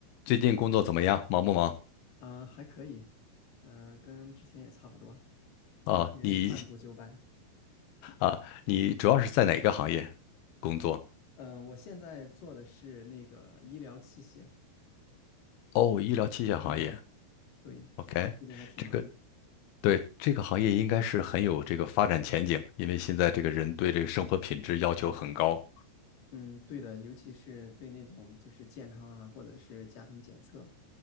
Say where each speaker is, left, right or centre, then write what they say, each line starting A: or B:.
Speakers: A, on the left; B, on the left.
A: 最近工作怎么样？忙不忙？
B: 啊、还可以，嗯、跟之前也差不多，
A: 啊，
B: 每天按部就班。
A: 你啊，你主要是在哪个行业工作？
B: 嗯、我现在做的是那个医疗器械，
A: 哦，医疗器械行业。
B: 对对，
A: OK，
B: 最近还挺忙的。
A: 这个对这个行业应该是很有这个发展前景，因为现在这个人对这个生活品质要求很高。
B: 嗯，对的，尤其是对那种就是健康啊，或者是家庭检测，